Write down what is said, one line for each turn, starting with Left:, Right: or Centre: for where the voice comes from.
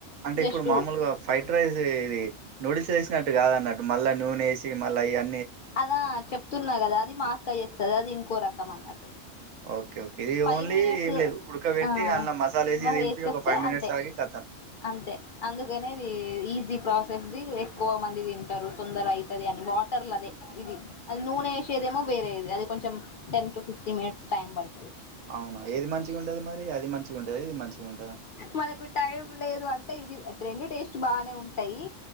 Right: అంటే ఇప్పుడు
Left: జస్ట్
Right: మామూలుగా ఫ్రైడ్ రైస్ ఇది నూడిల్స్ ఏస్ ట్టు కాదన్నటు మళ్ళ నూనేసి మళ్ళీ అ
Left: అదా చెప్తున్నా కదా అది మా అక్క చేస్తది అది ఇంకో రకం అన్నట్టు
Right: ఓకే ఓకే ఇది
Left: ఫైవ్
Right: ఓన్లీ
Left: మినిట్స్
Right: ఏం లేదు ఉడకబెట్టి
Left: ఆ
Right: అందులా మసాలా వేసి
Left: మరి
Right: దింపి
Left: వేసేస్తే
Right: ఒక ఫైవ్ మినిట్స్
Left: అంతే
Right: ఆగి కతాం
Left: అంతే అందుకనేది ఈజీ ప్రాసెస్ది ఎక్కువ మంది తింటారు తొందర అవుతుంది అని వాటర్లదే ఇది అది నూనె వేసేదేమో వేరేది అది కొంచెం ten to fifteen minutes time పడుతది
Right: అవునా ఏది మంచిగా ఉంటది మరి అది మంచిగా ఉంటది ఇది మంచిగా ఉంటదా
Left: మనకు టైం లేదు అంటే ఇది రెండు టేస్ట్ బానే ఉంటాయి